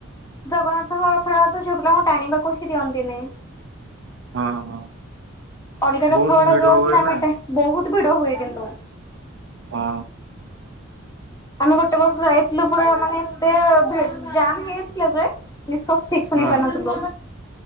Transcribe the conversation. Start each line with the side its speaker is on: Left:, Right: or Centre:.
Left: ଜଗନ୍ନାଥ, ରଥ ତ ଝିଅପିଲାଙ୍କୁ ଟାଣିବାକୁ ହି ଦିଅନ୍ତିନି।
Right: ହଁ ହଁ।
Left: ଅଲଗା ରଥ
Right: ବହୁତ
Left: ଗୁଡା
Right: ଭିଡ
Left: ଯୋଉ ଅଛନ୍ତି
Right: ହୁଏ
Left: ଆମେ
Right: ନା
Left: ଏଟେ ବହୁତ ଭିଡ ହୁଏ କିନ୍ତୁ,
Right: ହଁ
Left: ଆମେ ଗୋଟେ ବର୍ଷ ଯାଇଥିଲୁ ପୁରା ମାନେ ଏତେ ଜାମ ହେଇଥିଲା ଯେ, ନିଶ୍ୱାସ ଠିକ ସେ
Right: ହୁଁ
Left: ନେଇ ପରୁନଥିଲୁ।